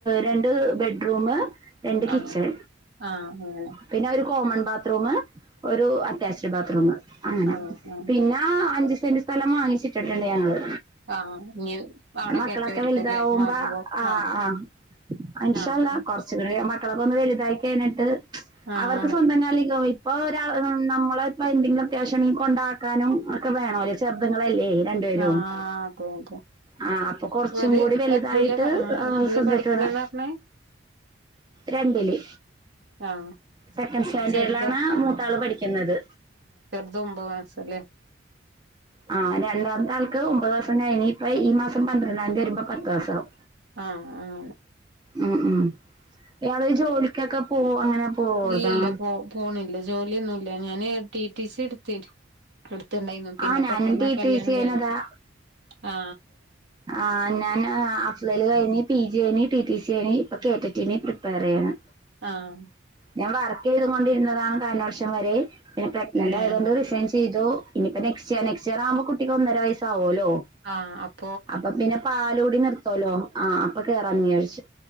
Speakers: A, on the right; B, on the right.
A: രണ്ട് ബെഡ്റൂം രണ്ട് കിച്ചൺ
B: ആഹ് ആഹ് അങ്ങനെ
A: പിന്നെ കോമൺ ബാത്റൂം ഒരു അറ്റാച്ച്ഡ് ബാത്റൂം അങ്ങനെ
B: ആഹ് ആഹ്
A: പിന്നെ അഞ്ച് സെന്റ് സ്ഥലം വാങ്ങിച്ചിട്ടുണ്ട് ഞങ്ങള്
B: ആഹ് ഇനി അവിടെ
A: മക്കളൊക്കെ
B: കയറ്റുവായിരിക്കുംല്ലേ
A: വലുതാവുമ്പോ
B: മാറുമ്പോ
A: ആ
B: ആഹ്
A: ആ ഇന്ശാല്ലല്ലാഹ്
B: ആഹ്
A: കുറച്ചുകൂടെ മക്കളൊക്കെ ഒന്ന് വലുതായി കഴിഞ്ഞിട്ട്
B: ആഹ്
A: അവർക്ക്
B: അങ്ങനെ
A: സ്വന്തം കാലിക്കോ ഇപ്പൊ ഒരാ നമ്മള ഇപ്പോ എന്തെിലും അത്യാവശ്യണ്ടങ്കി കൊണ്ടാക്കാനും ഒക്കെ വേണോ അല്ലേ ചെറുതു ങ്ങളല്ലേ രണ്ടു പേരും
B: ആഹ് അതെ
A: ആ അപ്പൊ കൊറച്ചും
B: അതെ ഒരു
A: കൂടി വലുതായിട്ട്
B: എത്രയിലാ പ ആഹ് എത്രയിലാ
A: ശ്രദ്ധിക്കണം
B: പഠിക്കണേന്ന് പറഞ്ഞേ
A: രണ്ടില്
B: ആഹ്
A: സെക്കൻഡ് സ്റ്റാൻഡേർഡിലാണ്
B: ചെറുതോ
A: മൂത്താള് പഠിക്കുന്നത്
B: പോ ഒമ്പ മാസല്ലേ
A: ആ രണ്ടാമത്തെ ആൾക്ക് ഒമ്പതാസം കഴിഞ്ഞ് ഇപ്പ ഈ മാസം പന്ത്രണ്ടാംതി വരുമ്പോ പത്ത് മാസവും
B: ആ ആ
A: ഉം ഉം ഇയാള് ജോലിക്കൊക്കെ പോ അങ്ങനെ പോവ്താ
B: ഇല്ലല്ല പോ പോണില്ല ജോലിയൊന്നുല്ല ഞാന് ടി ടി സി എടുത്തി എടുത്ത് ട്ട്ണ്ടായിന്നു പിന്നെ
A: ആ ഞാനും
B: പെട്ടെന്ന
A: ടി
B: കല്യാണം
A: ടി സി കഴിഞ്ഞതാ
B: കഴിഞ്ഞു ആ
A: ആ ഞാൻ അഫ്ലല് കഴിഞ്ഞ് പി ജി കഴിഞ്ഞ് ടി ടി സി കഴിഞ്ഞ് ഇപ്പൊ കെടക്ക്റ്റ്ന് പ്രിപ്പയർ ചെയ്യാണ്
B: ആ
A: ഞാൻ വർക്ക് ചെയ്തു കൊണ്ടിരുന്നതാണ് കഴഞ്ഞ വർഷം വരെ പിന്നെ പ്രഗ്നന്റ്
B: ഏഹ്
A: ആയതുകൊണ്ട് റിസൈൻചെ യ്തു ഇനി ഇപ്പോ നെക്സ്റ്റ് നെക്സ്റ്റ് ഇയർ ആവുമ്പോ കുട്ടിക്ക് ഒന്നര വസ്സാവുല്ലോ
B: ആഅ
A: പ്പൊ പിന്നെ പാലൂടി നിർത്തോലോ ആ അപ്പൊ കേറാ ഞ്ഞി വിചാരിച്ചു